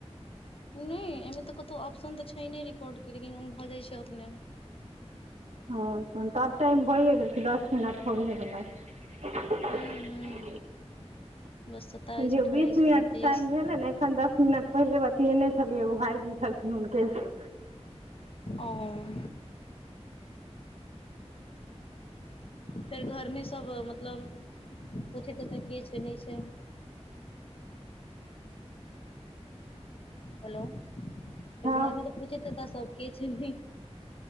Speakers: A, on the left (about 55°); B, on the right (about 80°).
A: नैय अय में तऽ कतौ ऑप्शन त छैय ने रिकॉर्ड के लेकिन उऽ भऽ जाय छैय अपने।
B: हँ तन तब टाइम भइये गेल छैय दस मिनट होबेय बला छैय
A: हूं हूं बस सत्ताइस
B: जे
A: अठाइस
B: बीस मिनट
A: उनतीस
B: टाइ भेल ने एखन मिनट पहिले बतियेने छलियै एगो भाायजी छलखिन हुनके से
A: अउम फेर घरमे सब मतलब पुछेथ हेतय के छै नहि छै, बलो फेर
B: हँ
A: घर मे तऽ पूछे त सब के छै